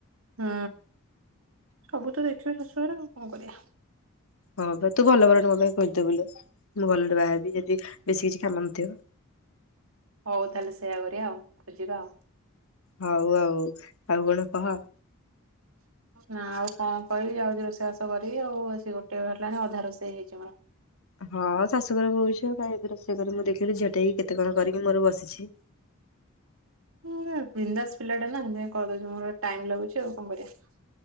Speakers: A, on the right; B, on the left.
A: ହୁଁ ସବୁ ତ ଦେଖିବେ ଶାଶୁଘରେ ଆଉ କଣ କରିବା।
B: ହଁ ତୁ ଭଲ ବରଟେ ମୋ ପାଇଁ ଖୋଜି ଦେବୁ ଲୋ, ମୁଁ ଭଲରେ ବାହାହେବି ଯେମିତି ବେଶୀ କିଛି କାମ ନଥିବ
A: ହଉ ତାହେଲେ ସେୟା କରିବା ଆଉ ଖୋଜିବା ଆଉ।
B: ହଉ ଆଉ। ଆଉ କଣ କହ?
A: ନା ଆଉ କଣ କହିବି, ଯାଉଚି ରୋଷେଇବାସ କରିବି ଆଉ ସେ ଗୋଟେ ହେଲାଣି ଅଧା ରୋଷେଇ ହେଇଚି ମୋର।
B: ହଁ ଶାଶୁଘର ବୋହୂ ହେଇଚୁ କାଇଁ ରୋଷେଇ କରି ମୁଁ ଦେଖିଲି ଝିଅ ଟେକି କେତେ କଣ କରିକି ମୋର ବସିଚି।
A: ହୁଁ ବିନ୍ଦାସ ପିଲାତା ନା ହେ କହିଦଉଛି ମୋର ଟାଇମ ଲାଗୁଛି ଆଉ କଣ କରିବା।